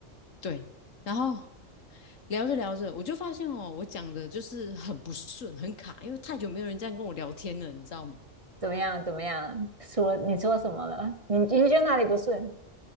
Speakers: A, on the left; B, on the right.
A: 对，然后聊着聊着，我就发现哦，我讲的就是很不顺，很卡，因为太久没有人这样跟我聊天了，你知道吗？
B: 怎么样怎么样？说你说什么了？你你觉得哪里不顺？